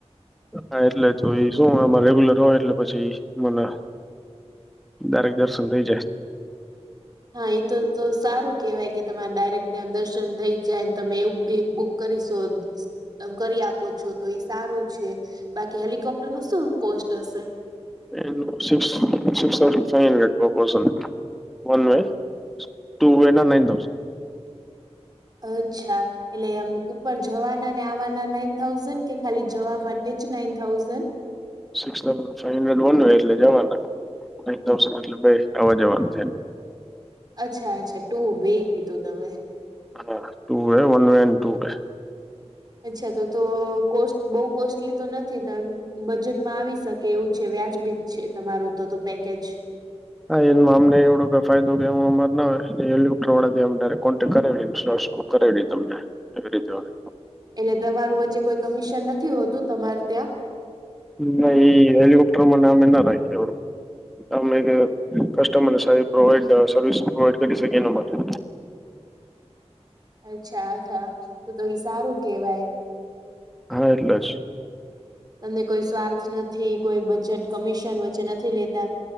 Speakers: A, in the centre; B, on the right (about 35°).
A: હા એટલે જો એ શું આમાં રેગ્યુલર હોય એટલે પછી મને ડાયરેક્ટ દર્શન થઈ જાય.
B: હા એ તો તો સારું કેહેવાય કે તમારે ડાયરેક્ટ ત્યાં દર્શન થઇ જાય તમે એવું બી બુક કરીશો. ત કરી આપો છો તો એ સારું છે બાકી હેલિકોપ્ટર નું શું કોસ્ટ હશે?
A: એ six six thousand five hundred four person one way. Two way ના નાઇન થઉસ.
B: અચ્છા. એટલે આમ ઉપર જવાના ને આવાના નાઈન થાઉઝન્ડ કે ખાલી જવા માટે જ nine thousand?
A: Six thousand five hundred one હોય એટલે જવાના નાન થાઉઝન્ડ એટલે ભ આવા જવાનું છેને.
B: અચ્છા અચ્છા ટુ વે કીધું તમે.
A: હા ટુ વન વે એ ટુ વે.
B: અચ્છા તો તો કો બહુ કોસ્ટલી તો નથી ત બજેટમાં આવી શકે એવું છે વ્યાજબીજ છે તમારું તો તો પેકેજ.
A: હા એ અમને એવડું ફાયદો કે એવું અમાર હો હેલિકોપ્ટર વાાથી કોન્ટેક્ટ કરાવી કરાવ તમને એવી રીતે હોય.
B: એટલે તમારું વચ્ચે કોઈ કમિશન નથી હોતું તમાર ત્યાં?
A: ન હલિકોપ્ટર મમેના એવું. તમે એક કસ્ટમર સા એ પ્રોવાઈડ સર્વિસ પ્રોવાઈડ કરી શકી એના માટે.
B: અચ્છા હા તો તો એ સારું કેવાય.
A: હા એટલે જ.
B: તમને કોઈ સ્વાર્થ નથી કોઈ બજેટ કમિશન વચ્ચે નથી લેતા.